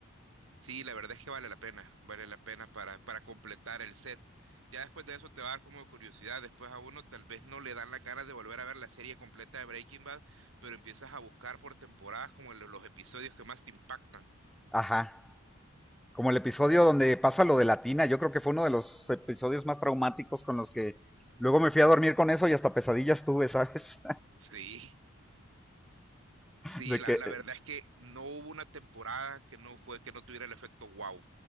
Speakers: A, on the right (about 65°); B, in the centre.
A: Sí, la verdad es que vale la pena, vale la pena para, para completar el set. Ya después de eso te va a dar como curiosidad, después a uno tal vez no le dan las ganas de volver a ver la serie completa de Breaking Bad, pero empiezas a buscar por temporadas como lo- los episodios que más te impactan.
B: Ajá. Como el episodio donde pasa lo de la tina yo creo que fue uno de los episodios más traumáticos con los que luego me fui a dormir con eso y hasta pesadillas tuve, <laughs> ¿sabes?
A: Sí. Sí,
B: De
A: la,
B: que,
A: la verdad es que no hubo una temporada que no fue, que no tuviera el efecto wow.